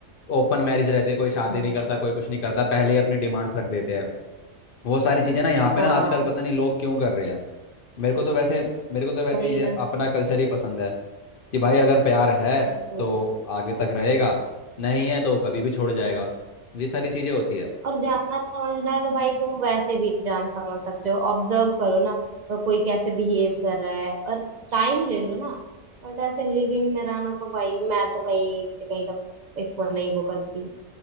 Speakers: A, on the left; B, on the right.
A: ओपन मैरिज रहती है कोई
B: हम्म
A: शादी
B: हम्म,
A: नहीं करता कोई कुछ नहीं करता पहले ही अपनी डिमांड्स रख देते हैं वो सारी चीजें ना यहाँ पे
B: हाँ
A: ना आजकल पता नहीं लोग क्यों कर रहे हैं मेरे को तो वैसे मेरे को तो वैसे
B: वही
A: ये
B: ना
A: अपना कल्चर ही पसंद है कि भाई अगर प्यार है
B: मुझे खुद
A: तो आगे तक रहेगा नहीं है तो कभी भी छोड़
B: हम्म
A: जाएगा ये सारी चीजें होती है
B: और जानना समझना है तो भाई तुम वैसे भी जान समझ सकते हो ऑब्जर्व करो ना तो कोई कैसे बिहेव कर रहा है और टाइम ले लो ना बट ऐसे लिव इन में रहना तो भाई मैं तो कहीं से कहीं तक इसको नहीं वो करती